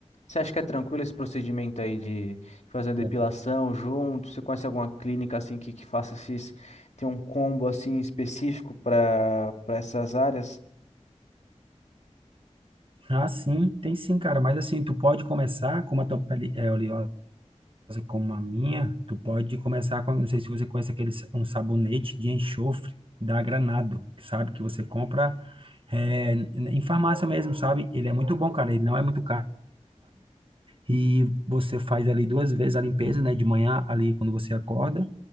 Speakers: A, on the left; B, on the right.
A: você acha que é tranquilo esse procedimento aí de fazer a depilação
B: É.
A: junto? Você conhece alguma clínica assim que, que faça esses tem um combo assim específico para para essas áreas?
B: Ah, sim, tem sim, cara. Mas assim, tu pode começar, com uma tua pele é oleosa como a minha, tu pode começar com, não sei se você conhece aquele sa- um sabonete de enxofre da Granado, sabe? Que você compra é, em farmácia mesmo, sabe? Ele é muito bom, cara. Ele não é muito caro. e você faz ali duas vezes a limpeza, né, de manhã ali quando você acorda